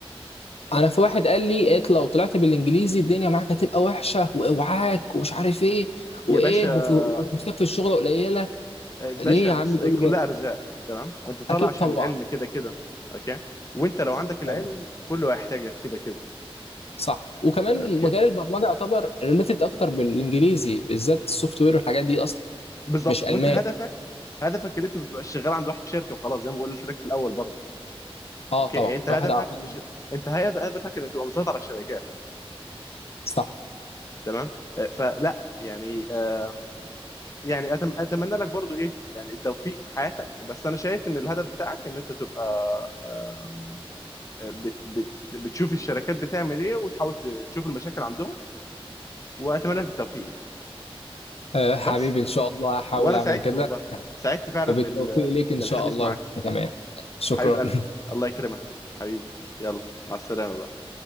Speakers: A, on the left; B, on the left.
A: انا في واحد قال لي إيه لو طلعت بالانجليزي الدنيا معاك هتبقى وحشه واوعاك ومش عارف ايه
B: يا
A: وايه
B: باشا
A: وفي- وفلوسك في الشغل قليله
B: آه، باشا
A: ليه يا
B: بص
A: عم تقول
B: هي كلها
A: لي كده
B: ارزاق تمام وانت طالع
A: اكيد
B: عشان
A: طبعا
B: العلم كده كده اوكي وانت لو عندك العلم
A: تمام.
B: كله هيحتاجك كده كده
A: صح وكمان
B: اوكي
A: مجال البرمجه يعتبر ريليتد اكتر بالانجليزي بالذات السوفت وير والحاجات دي اصلا
B: بالظبط
A: مش الماني
B: وانت هدفك هدفك اللي انت ما تبقاش شغال عند واحد في شركه وخلاص زي ما قلت لك في الاول برضه
A: اه
B: اوكي
A: طبعا
B: يعني انت
A: الواحد
B: هدفك
A: عمل
B: مش انت هد- هدفك انك تبقى مسيطر على الشركات
A: صح
B: تمام آه، فلا يعني آم، يعني أتم... اتمنى لك برضه ايه يعني التوفيق في حياتك بس انا شايف ان الهدف بتاعك ان انت تبقى آم، آه، بت... بت... بتشوف الشركات بتعمل ايه وتحاول ت- تشوف المشاكل عندهم واتمنى لك التوفيق
A: آه حبيبي
B: بس
A: ان شاء الله هحاول
B: وانا
A: اعمل
B: سعدت
A: كده
B: والله سعدت فعلا
A: وبالتوفيق
B: بال...
A: ليك ان
B: بالحديث
A: شاء الله
B: معاك
A: تمام شكرا
B: حبيب قلبي الله يكرمك حبيبي يلا مع السلامة بقى.